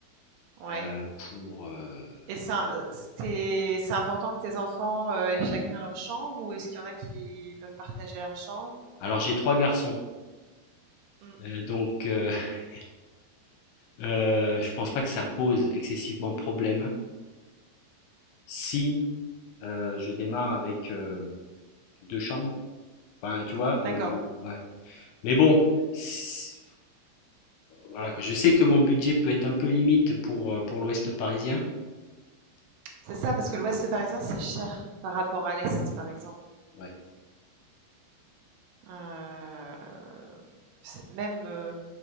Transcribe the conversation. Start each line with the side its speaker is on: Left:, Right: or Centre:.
Right: Ouais.
Left: euh, pour euh,
Right: Et c'est
Left: voilà,
Right: euh,
Left: bon.
Right: c'est important que tes enfants euh, aient chacun leur chambre ou est-ce qu'il y en a qui peuvent partager leur chambre?
Left: Alors j'ai trois garçons,
Right: Mm,
Left: euh, donc euh, <laughs> euh, je pense pas que ça pose excessivement problème si euh, je démarre avec euh, deux chambres. Enfin, tu vois,
Right: D'accord.
Left: euh, ou- ouais, Mais bon, si- voilà Je sais que mon budget peut être un peu limite pour, euh, pour l'Ouest parisien.
Right: C'est ça, parce que l'Ouest parisien, c'est cher par rapport à l'Est, par exemple.
Left: Ouais.
Right: Euh, c'est même euh,